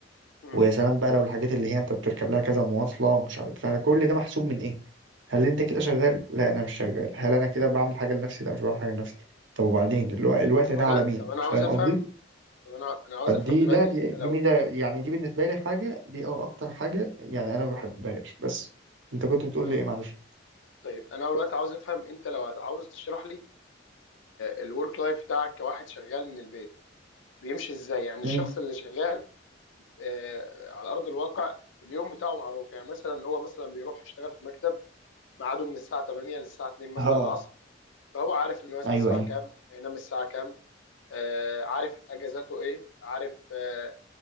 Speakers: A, on the left; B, on the right.
A: مم.
B: ويا سلام بقى لو الحاجات اللي هي انت بتركب لها كذا مواصلة ومش عارف فانا كل ده محسوب من ايه هل انت كده شغال لا انا مش شغال هل انا كده بعمل حاجة لنفسي لا مش بعمل حاجة لنفسي طب وبعدين الو- الوقت
A: طب
B: ده
A: انا
B: على مين
A: طب انا
B: فاهم
A: عاوز افهم
B: قصدي
A: طب انا انا عاوز
B: فدي
A: افهم دلوقتي
B: لا دي
A: انت لو
B: دي ميزة يعني دي بالنسبة لي حاجة دي أو اكتر حاجة يعني انا ما بحبهاش بس انت كنت بتقول
A: مم.
B: لي ايه معلش
A: طيب انا دلوقتي عاوز افهم انت لو عاوز تشرح لي الورك لايف بتاعك كواحد شغال من البيت بيمشي ازاي يعني الشخص
B: امم
A: اللي شغال آه على ارض الواقع اليوم بتاعه معروف يعني مثلا هو مثلا بيروح يشتغل في مكتب ميعاده من الساعه 8 للساعه 2 مثلا
B: اه
A: العصر فهو عارف انه يصحى
B: ايوه
A: الساعه
B: ايوه
A: كام هينام الساعه كام آه عارف اجازاته ايه عارف آه